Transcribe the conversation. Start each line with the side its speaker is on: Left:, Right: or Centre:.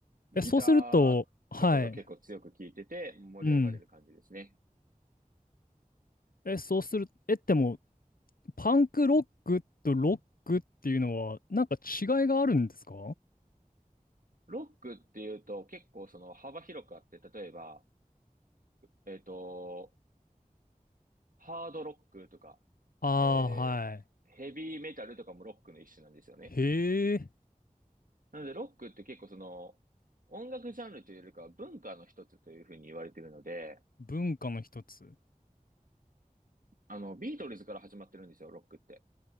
Right: ギターとかが結構強く聴いてて盛り上がれる感じですね。
Left: え、そうすると、はい。うん。え、そうする、え、でも、パンクロックとロックっていうのは、なんか違いがあるんですか
Right: ロックっていうと結構その幅広くあって、例えば、えっと、ハードロックとか、
Left: ああー、
Right: えー、
Left: はい。
Right: ヘビーメタルとかもロックの一種なんですよね。
Left: へえ、
Right: なのでロックって結構その音楽ジャンルというよりかは文化の一つというふうに言われているので、
Left: 文化の一つ。
Right: あの、ビートルズから始まってるんですよ、ロックって。